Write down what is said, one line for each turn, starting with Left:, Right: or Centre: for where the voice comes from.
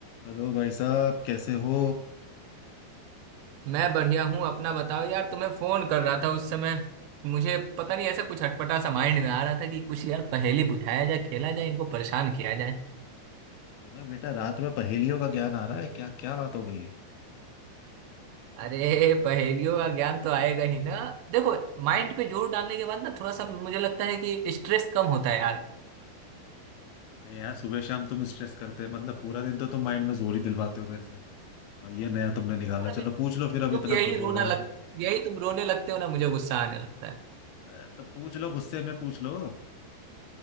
Left: Hello भाई साहब कैसे हो
Right: मैं बढ़िया हूँ अपना बताओ यार तुम्हें फोन कर रहा था उस समय मुझे पता नहीं ऐसा कुछ अटपटा सा माइंड में आ रहा था कि कुछ यार पहेली बुझाया जाए खेला जाए इनको परेशान किया जाए
Left: तुम्हें बेटा रात में पहेलियों का ज्ञान आ रहा है क्या क्या बात हो गई है
Right: अरे पहेलियों का ज्ञान तो आएगा ही ना देखो माइंड पे जोर डालने के बाद ना थोड़ा सा मुझे लगता है कि स्ट्रेस कम होता है यार
Left: अरे यार सुबह शाम तुम स्ट्रेस करते हैं मतलब पूरा दिन तो तुम माइंड में जोर ही दिलवाते हो मेरे से और ये नया तुमने निकाला
Right: अरे,
Left: चलो पूछ लो फिर अब
Right: तुम
Left: इतना
Right: यही
Left: खुश
Right: रोना
Left: हो रहे हो
Right: लग
Left: तो
Right: यही तुम रोने लगते हो ना मुझे गुस्सा आने लगता है
Left: अरे, तो पूछ लो गुस्से में पूछ लो